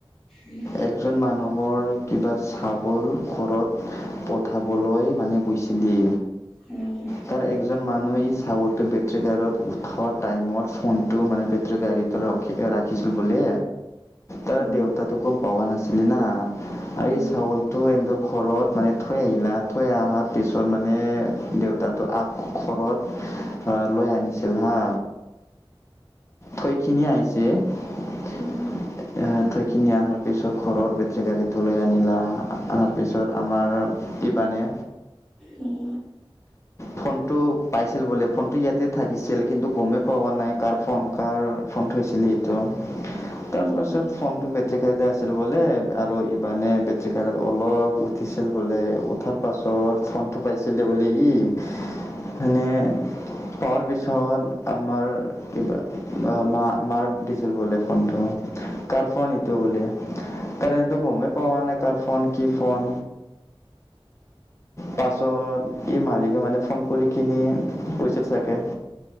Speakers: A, in the centre; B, on the left.
A: উম
B: একজন মানুহৰ কিবা, ছাগল ঘৰত পঠাবলৈ মানে গৈছিলি।
A: উম
B: তাৰ একজন মানুহ ই চাগলটো বেটাৰী গাড়ীত উঠোৱা টাইমত ফোন ত মানে বেটাৰী গাড়ীত ৰখি ৰাখিছোঁ বোলে, তাৰ
A: উম
B: দেউতাটো গ'ম পোৱা নাছিল ছিল না, আৰু
A: উম
B: চাগলটো হিন্তঁৰ ঘৰত মানে থৈ আহিলা, থৈ আহাত পিছত মানে দেউতাটো আকৌ ঘৰত আহ', লয় আনিছিল হা। থৈকিনে আহিছে এ
A: উম
B: থৈখিনি অহাৰ পিছত ঘৰত বেটাৰী গাড়ীটো লৈ আনিলা, অনাৰ পিছত আমাৰ দ্ধিবানে
A: উম।
B: ফোনটো পাইছিল বোলে, ফোনটো ইয়াতে থাকিছিল কিন্তু গমে পোৱা নাই কাৰ ফোন, কাৰ ফোন থৈছিল এইটো। তাৰপাছত
A: উম
B: ফোনটো বেটাৰী গাড়ীট আছিল বোলে আৰু ইবনে বেটাৰী গাড়ীটো অলপ উঠিছিল বোলে উঠাৰ পাছত ফোনটো পাইছিলে বোলে ই। মানে পাৱাৰ পিছত আমাৰ কিবা মা, মা, মাৰ ডিজেল বোলে ফোনটো কাৰ ফোন এইটো বোলি, কাৰণতো গময়ে পাৱা নাই কাৰ ফোন, কি ফোন। পাছত ই মালিক মানে ফোন কৰী কিনে কৈছিল চাগে,